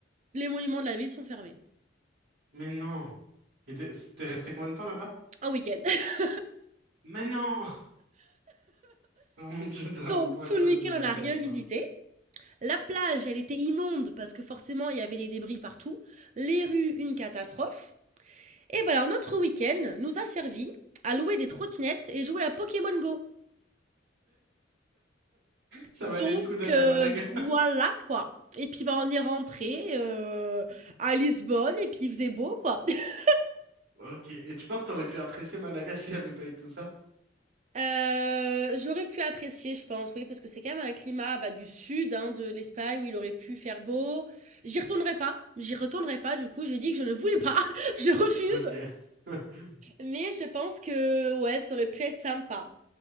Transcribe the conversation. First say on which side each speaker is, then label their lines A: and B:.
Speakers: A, on the right; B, on the right.
A: les monuments de la ville sont fermés,
B: Mais non! Et t'es t'es resté combien de temps là-bas?
A: un week-end». <laughs>
B: Mais non! <laughs> Oh mon dieu, t'as vraiment
A: Donc
B: pas
A: tout
B: choisi
A: le week-end,
B: les bonnes
A: on n'a
B: dates,
A: rien
B: quoi.
A: visité. La plage, elle était immonde parce que forcément, il y avait des débris partout. Les rues, une catastrophe et bah, alors notre week-end nous a servi à louer des trottinettes et jouer à Pokémon Go.
B: Ça
A: Donc
B: valait le coup d'aller
A: heu,
B: à Malaga.
A: voilà quoi et puis, bah, on est rentré heu, à Lisbonne et puis il faisait beau quoi. <laughs>
B: Ok. Et tu penses que t'aurais pu apprécier Malaga <laughs> s'il n'y avait pas eu tout ça?
A: Heu, j'aurais pu apprécier je pense, oui, parce que c'est quand même un climat, bah, du sud, hein, de l'Espagne où il aurait pu faire beau. J'y retournerai pas, j'y retournerai pas du coup, j'ai dit que je ne voulais pas, <laughs> je refuse.
B: Ok. <laughs>
A: Mais je pense que, ouais, ça aurait pu être sympa.